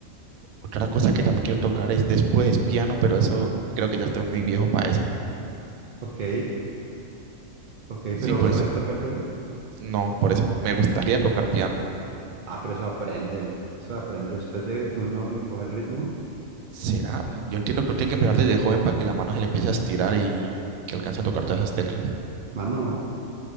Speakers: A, on the right; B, on the right.
A: Otra cosa que también quiero tocar es después piano, pero eso creo que ya estoy muy viejo para eso.
B: Ok, ok,
A: Sí,
B: pero
A: pues
B: ¿sabes tocar piano?
A: no, por eso me gustaría tocar piano.
B: Ah, pero eso aprende. Eso aprende. Después de que uno le coja el ritmo.
A: ¿Será? Yo entiendo que uno tiene que empezar desde joven para que la mano se le empiece a estirar y que alcance a tocar todas esas teclas.
B: Mano,